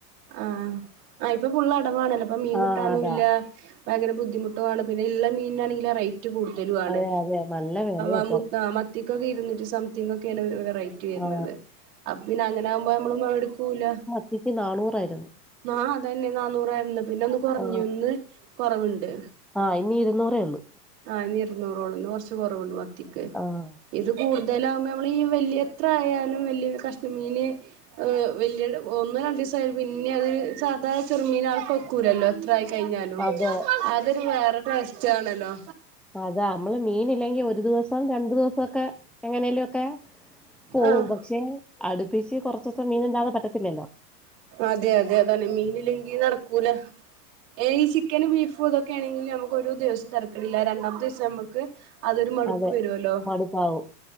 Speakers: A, on the right (about 50°); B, in the centre.
A: ആഹ് ആഹ് ഇപ്പൊ ഫുള്ള അടവാണല്ലോ ഇപ്പൊ മീൻ
B: ആ
A: കിട്ടാനുല്ല
B: അതാ.
A: ഭയങ്കര ബുദ്ധിമുട്ടുവാണ് പിന്നെയിള്ള മീനിനാണെങ്കില് റേ റ്റും കൂടുതലുവാണ്
B: അതെ അതെ. നല്ല വെലയാ
A: അ
B: ഇപ്പൊ.
A: മത്തിക്കക്കെ ഇരുന്നിറ്റി സംതിങ്ങക്കെയാണ് ഒരു റേ റ്റ് വരുന്നത്
B: ആ.
A: അപ്പപ്പിന്നെ അങ്ങനാമ്പ നമ്മള് മേടിക്കൂല
B: എനിക്ക് നാനൂറായിരുന്നു
A: ആ അതന്നെ നാന്നൂറായിരുന്നു പിന്നൊന്ന് കൊറഞ്ഞുന്ന്
B: ആ.
A: കൊറവുണ്ട്
B: ആ ഇന്ന് ഇരുന്നൂറേള്ളൂ
A: ആ ഇന്ന് ഇരുന്നൂറോള്ളു ഇന്ന് കൊറച്ച് കൊറവുണ്ട് മത്തി
B: ആഹ്
A: ഇത് കൂടുതലാമ്പ നമ്മളീ വല്യ എത്ര ആയാലും വല്യരു കഷ്ണം മീന് ഏ വല്ല്യട ഒന്നോ രണ്ടിസായി പിന്നെ അത് സാധാ ചെറുമീൻ ആൾക്കൊക്കൂലല്ലോ അത്രയാ കഴിഞ്ഞാലും
B: അതെ.
A: അതൊരു വേറെ ടെസ്റ്റ് ആണല്ലോ
B: അതാ നമ്മള് മീനില്ലെങ്കി ഒരു ദിവസം രണ്ടു ദിവസൊക്കെ എങ്ങനെലൊക്കെ പോവും
A: ആഹ്
B: പക്ഷെ അടുപ്പിച്ച് കൊറച്ചുസം മീനില്ലാതെ പറ്റത്തില്ലല്ലോ
A: അതെ അതെ അതാണ് മീനിലെങ്കി നടക്കൂല ഏ ഈ ചിക്കനും ബീഫും ഇതൊക്കെയാണെങ്കില് നമുക്കൊരു ദിവസം തിരക്കടില്ല രണ്ടാമത്തെ ദിവസം നമക്ക് അതൊരു മടുപ്പ്
B: അതെ.
A: വരൊല്ലോ
B: മടുപ്പാവും.